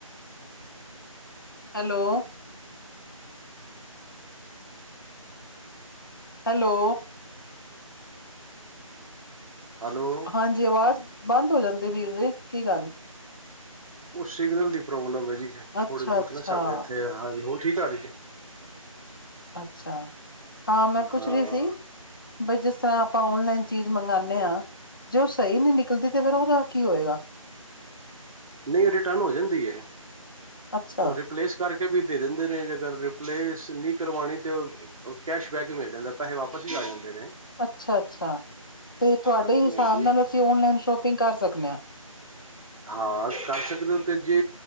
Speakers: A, on the left (about 40°); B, on the right (about 70°).
A: hello hello
B: hello
A: ਹਾਂਜੀ, ਆਵਾਜ਼ ਬੰਦ ਹੋ ਜਾਂਦੀ ਵੀਰ ਜੀ, ਕੀ ਗੱਲ
B: ਉਹ ਸਿਗਨਲ ਦੀ ਪ੍ਰੋਬਲਮ ਹੈ ਜੀ ਥੋੜੀ
A: ਅੱਛਾ
B: ਬਹੁਤ
A: ਅੱਛਾ
B: ਨਾ ਸਾਡੇ ਇੱਥੇ, ਹਾਂਜੀ ਹੋ ਠੀਕ ਆ ਰਹੀ ਜੀ?
A: ਅੱਛਾ, ਹਾਂ ਮੈਂ ਪੁੱਛ
B: ਹਾਂ
A: ਰਹੀ ਸੀ ਬਈ ਜਿਸ ਤਰ੍ਹਾਂ ਆਪਾਂ ਔਨਲਾਈਨ ਚੀਜ਼ ਮੰਗਨੇ ਆ ਜੇ ਉਹ ਸਹੀ ਨਹੀਂ ਨਿਕਲਦੀ, ਤੇ ਫਿਰ ਉਹਦਾ ਕੀ ਹੋਏਗਾ
B: ਨਹੀਂ ਉਹ ਰਿਟਰਨ ਹੋ ਜਾਂਦੀ ਹੈ,
A: ਅੱਛਾ,
B: ਉਹ ਰਿਪਲੇਸ ਕਰਕੇ ਵੀ ਦੇ ਦਿੰਦੇ ਨੇ ਜੇਗਰ ਰਿਪਲੇਸ ਨਹੀਂ ਕਰਵਾਣੀ ਤੇ ਕੈਸ਼ਬੈਕ ਮਿਲ ਜਾਂਦਾ ਪੈਸੇ ਵਾਪਸ ਹੀ ਆ ਜਾਂਦੇ ਨੇ
A: ਅੱਛਾ ਅੱਛਾ ਅਤੇ ਤੁਹਾਡੇ
B: ਹਾਂਜੀ
A: ਹਿਸਾਬ
B: ਹਾਂਜੀ
A: ਨਾਲ ਅਸੀਂ ਔਨਲਾਈਨ ਸ਼ੋਪਿੰਗ ਕਰ ਸਕਦੇ ਹਾਂ
B: ਹਾਂ ਕਰ ਸਕਦੇ ਹੋ ਤੇ ਜੇ